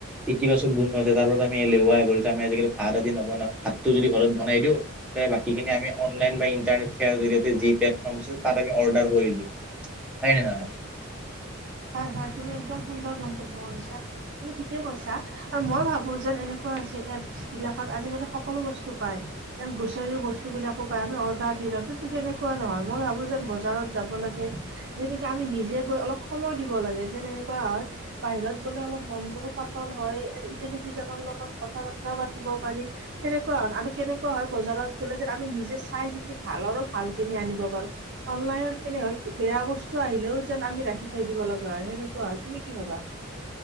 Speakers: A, in the centre; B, on the right.
A: ইতিবাচক গুণো আছে তাৰপৰা আমি এলেহুৱা হৈ গলো এতিয়া আমি আজিকালি ভাত আদি নবনাওঁ ভাতটো যদি ঘৰত বনাই দিওঁ বাকি খিনি আমি অনলাইন বা ইন্টাৰনেট সেৱাৰ জৰিয়তে যি প্লটফৰ্ম আছে তাত আমি অৰ্ডাৰ কৰি দিম। হয় নে নহয়।
B: হয় তুমি একদম সুন্দৰ মন্তব্য কৰিছা, তুমি ঠিকে কৈছা আৰু মই ভাবো যেন এনেকুৱা হৈছে। এপচ্ বিলাকত আজিকালি সকলো বস্তু পাই গোচৰি বস্তুবিলাকো পাই আমি অৰ্ডাৰ দিলেতো সেনেকুৱা নহয় মই ভাবো যেন বজাৰত যাব লাগে। যেনেকে আমি নিজে গৈ অলপ সময় দিব লাগে যেন এনেকুৱা হয়, বাহিৰত গ'লে অলপ মন বোৰো পাতল হয় ইজনে সিজনৰ লগত কথা বতৰা পাতিব পাৰি, ‌ সেনেকুৱা আৰু কেনেকুৱা হয় বজাৰত গলে যে আমি নিজে চাইয়া চিতি ভাল আৰু ভাল খিনি আনিব পাৰো, অনলাইনত কেনে বেয়া বস্তু আহিলেও যেন আমি ৰাখি থৈ দিব লগা, হেনেকুৱা তুমি কি ভাবা?